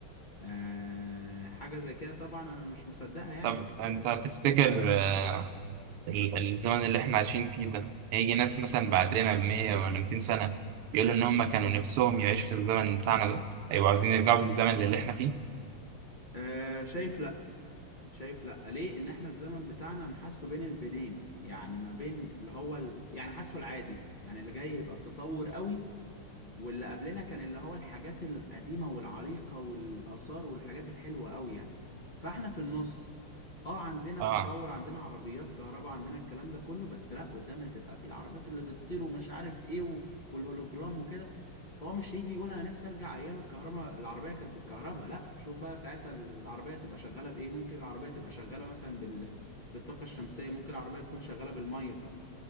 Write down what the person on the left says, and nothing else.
آه حاجة زي كده طبعا انا مش مصدقها يعني
بس
آه شايف شايف لا ليه ان احنا الزمن بتاعنا انا حاسه بين البنين يعني ما بين اللي هو ال... يعني حاسه العادي يعني اللي جاي يبقى التطور قوي واللي قبلنا كان اللي هو الحاجات القديمة والعريقة والآثار والحاجات الحلوة قوي يعني فاحنا في النص اه عندنا
تطور عندنا عربيات كهرباء عندنا الكلام ده كله بس لا قدام هتبقى في العربيات اللي بتطير ومش عارف ايه و... والهولوجرام وكده فهو مش يجي يقول انا نفسي ارجع ايام الكهرباء العربية كانت بالكهرباء لا شوف بقى ساعتها العربية تبقى شغالة بايه ممكن العربية تبقى شغالة مثلا بال... بالطاقة الشمسية ممكن العربية تكون شغالة بالمية ف